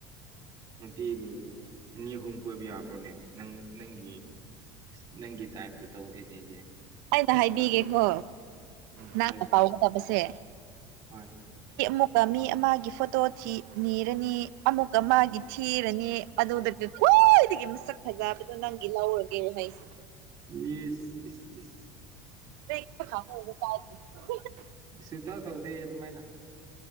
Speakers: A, on the right; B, on the right.
A: ꯅꯨꯄꯤꯕꯨ ꯑꯅꯤ ꯑꯍꯨꯝ ꯀꯣꯏꯕ ꯌꯥꯕ꯭ꯔꯣꯅꯦ ꯅꯪ ꯅꯪꯒꯤ ꯅꯪꯒꯤ ꯇꯥꯏꯞꯇ ꯇꯧꯗꯦꯅꯦ ꯑꯩꯗꯤ
B: ꯑꯩꯅ ꯍꯥꯏꯕꯤꯒꯦꯀꯣ
A: ꯎꯝ
B: ꯅꯪꯒꯥ
A: ꯍꯥꯏꯌꯣ
B: ꯄꯥꯎ ꯐꯥꯎꯅꯕꯁꯦ
A: ꯍꯣꯏ
B: ꯑꯃꯨꯛꯀ ꯃꯤ ꯑꯃꯒꯤ ꯐꯣꯇꯣ ꯊꯤ ꯅꯤꯔꯅꯤ ꯑꯃꯨꯛꯀ ꯃꯥꯒꯤ ꯊꯤꯔꯅꯤ ꯑꯗꯨꯗꯒꯤ ꯈ꯭ꯋꯥꯏꯗꯒꯤ ꯃꯁꯛ ꯐꯖꯕꯗꯣ ꯅꯪꯒꯤ ꯂꯧꯔꯒꯦ ꯍꯥꯏꯁꯦ
A: ꯏꯁ ꯏꯁ ꯏꯁ
B: <unintelligible>
A: ꯄꯨꯟꯁꯤꯗ ꯇꯧꯗꯦ ꯑꯗꯨꯃꯥꯏꯅ